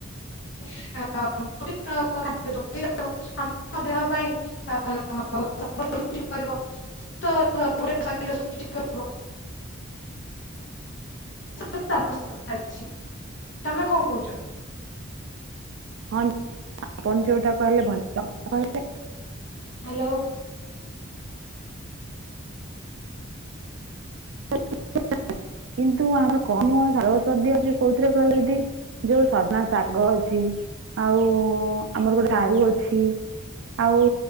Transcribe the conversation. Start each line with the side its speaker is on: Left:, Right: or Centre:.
Left: <inaudible> ଏବଂ ଆମ ଦେହ ପାଇଁ <inaudible> <inaudible> <inaudible> ତମେ କଣ କହୁଛ?
Right: ହଁ <inaudible> ଆପଣ ଯୋଉଟା କହିଲେ ଭଲ କଥା କହିଲେ।
Left: ହାଲୋ।
Right: <inaudible> କିନ୍ତୁ ଆମର <inaudible> ଅଛି କୋଉଥିରେ କହିଲ ଦିଦି? ଯୋଉ ସଜନା ଶାଗ ଅଛି ଆଉ ଆମର ଗୋଟେ ସାରୁ ଅଛି। ଆଉ